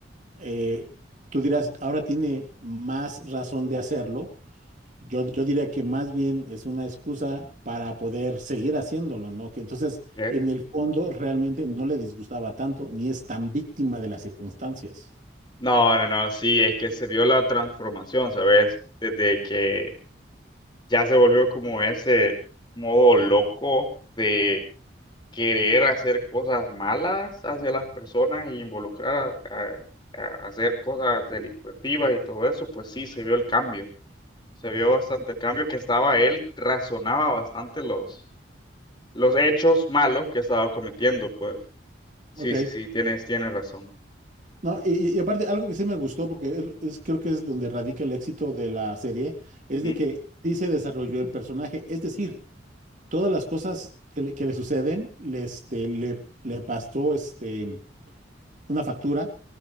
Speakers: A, on the right (about 40°); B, on the left (about 25°).
A: eh, tú dirás, ahora tiene más razón de hacerlo. Yo, yo diría que más bien es una excusa para poder seguir haciéndolo, ¿no? Que entonces,
B: ¿Eh?
A: en el fondo, realmente no le disgustaba tanto, ni es tan víctima de las circunstancias.
B: No, no, no, sí, es que se vio la transformación, ¿sabes? Desde que ya se volvió como ese modo loco de querer hacer cosas malas hacia las personas y involucrar a, a- a hacer cosas delictivas y todo eso, pues sí, se vio el cambio. Se vio bastante el cambio que estaba él, razonaba bastante los, los hechos malos que estaba cometiendo, pues. Sí,
A: Ok.
B: sí, sí, tienes, tienes razón.
A: No, y, y aparte, algo que sí me gustó, porque es, es- creo que es donde radica el éxito de la serie, es
B: ¿Mm?
A: de que sí se desarrolló el personaje. Es decir, todas las cosas que le, que le suceden, le, este, le, le pasó este, una factura,